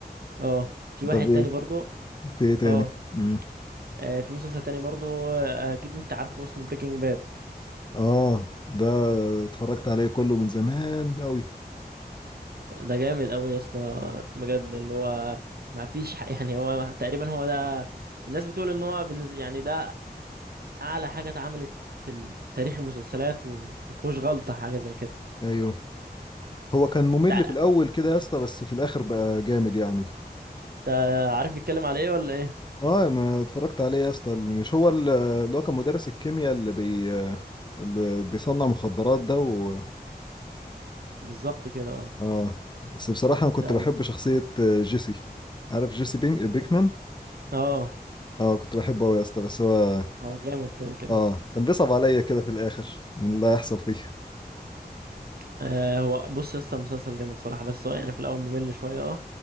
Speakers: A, on the right; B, on the left.
A: اه في واحد
B: طب
A: تاني
B: ايه
A: برضو
B: في ايه تاني
A: اه
B: مم.
A: آه، في مسلسل تاني برضو آه، اكيد انت عارفه اسمه بريكنج باد
B: اه ده اتفرجت عليه كله من زمان قوي
A: ده جامد قوي يا اسطى بجد اللي هو ما فيش حق يعني هو تقريبا هو ده الناس بتقول ان هو بالنسبة يعني ده اعلى حاجة اتعملت في ال- تاريخ المسلسلات ومفهوش غلطة حاجة زي كده
B: ايوه هو كان ممل
A: تع-
B: في الاول كده يا اسطى بس في الاخر بقى جامد يعني
A: انت عارف بيتكلم على ايه ولا ايه
B: اه ما اتفرجت عليه يا اسطى مش هو ال- اللي هو كان مدرس الكيمياء اللي بي اللي بيصنع مخدرات ده و...
A: بالظبط كده اه
B: اه بس بصراحة انا كنت
A: لا
B: بحب
A: لا
B: شخصية جيسي عارف جيسي بينج بيكمان
A: اه
B: اه كنت بحبه قوي يا اسطى بس هو
A: هو جامد كده كده
B: اه كان بيصعب عليا كده في الاخر من اللي هيحصل فيه
A: آه هو بص يا اسطى مسلسل جامد صراحة بس هو يعني في الأول ممل شوية اه